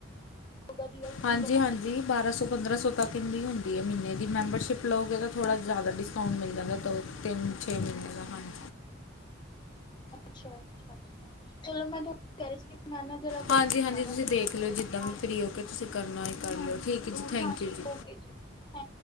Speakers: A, on the left; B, on the left.
A: ਯੋਗਾ ਦੀ ਵੈਸੇ
B: ਹਾਂਜੀ
A: ਤੁਹਾਨੂੰ ਪਤਾ।
B: ਹਾਂਜੀ ਬਾਰਾਂ ਸੌ ਪੰਦਰਾਂ ਸੌ ਤੱਕ ਇੰਨੀ ਹੁੰਦੀ ਹੈ ਮਹੀਨੇ ਦੀ ਮੈਂਬਰਸ਼ਿਪ ਲਓਗੇ ਤਾਂ ਥੋੜ੍ਹਾ
A: ਅੱਛਾ।
B: ਜ਼ਿਆਦਾ ਡਿਸਕਾਊਂਟ ਮਿਲ ਜਾਂਦਾ ਦੋ ਤਿੰਨ ਛੇ ਮਹੀਨੇ ਦਾ ਹਾਂਜੀ
A: ਅੱਛਾ ਅੱ ਅੱ ਚਲ ਮੈਂ ਸੀ ਮੈਂ ਨਾ ਜਰਾ
B: ਹਾਂਜੀ
A: ਕਰਦੀ
B: ਹਾਂਜੀ
A: ਹਾਂ ਮੈਂ
B: ਤੁਸੀਂ
A: ਫ੍ਰਰੀ
B: ਦੇਖ
A: ਹੋ
B: ਲਿਓ
A: ਕੇ ਓਕੇ
B: ਜਿੱਦਾਂ ਵੀ ਫਰੀ ਹੋ ਕੇ ਤੁਸੀਂ ਕਰਨਾ ਹੀ ਕਰ ਲਿਓ ਠੀਕ ਹੈ ਜੀ ਥੈਂਕ
A: ਹਾਂਜੀ
B: ਯੂ ਜੀ
A: ਓਕੇ ਥੈਂਕ